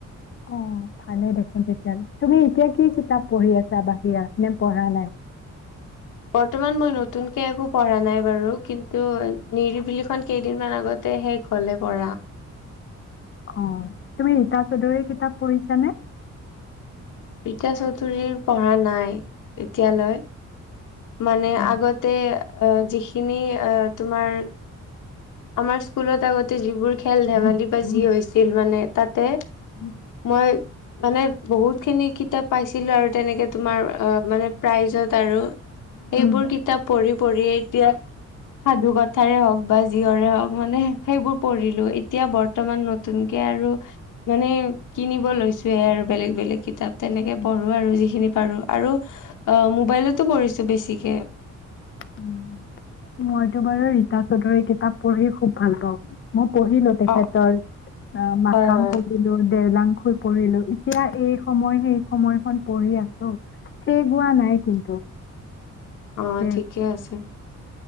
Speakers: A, on the left (about 40°); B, on the left (about 85°).
A: অ ভালে দেখোন তেতিয়া হ'লে, তুমি এতিয়া কি কিতাপ পঢ়ি আছা বাহিৰা নে পঢ়া নাই?
B: বৰ্তমান মই নতুনকে একো পঢ়া নাই বাৰু, কিন্তু নিৰিবিলিখন কেইদিনমান আগতে হে হ'লে পঢ়া।
A: অঁ, তুমি ৰীতা চৌধুৰীৰ কিতাপ পঢ়িছানে?
B: ৰীতা চৌধুৰীৰ পঢ়া নাই এতিয়ালৈ। মানে
A: উম
B: আগতে অঁ যিখিনি আঁহ তোমাৰ আমাৰ স্কুলত আগতে যিবোৰ খেল ধেমালি বা যি হৈছিল, মানে তাতে মই মানে বহুত খিনি কিতাপ পাইছিলো আৰু তেনেকে তোমাৰ মানে প্ৰাইজত আৰু।
A: উম
B: এইবোৰ কিতাপ পঢ়ি পঢ়িয়ে, এতিয়া সাধু কথাৰে হওক বা যিহৰে হওক মানে সেইবোৰ পঢ়িলো, এতিয়া বৰ্তমান নতুনকে আৰু মানে কিনিব লৈছোয়ে আৰু বেলেগ বেলেগ কিতাপ। তেনেকে
A: উম
B: পঢ়ো আৰু যিখিনি পাৰো, আৰু অ মোবাইলতো পঢ়িছো বেছিকে।
A: উম, মইতো বাৰু ৰীতা চৌধুৰীৰ কিতাপ পঢ়ি খুব ভাল পাওঁ। মই পঢ়ি তেখেতৰ
B: অ
A: আঁ মাকম
B: হয় হয়
A: প ঢিলো, দেওলাং খুই পঢ়িলো এতিয়া এই সময় সেই সময়খন পঢ়ি আছো। হে গোৱা নাই কিন্তু।
B: অঁ
A: তে
B: ঠিকে আছে।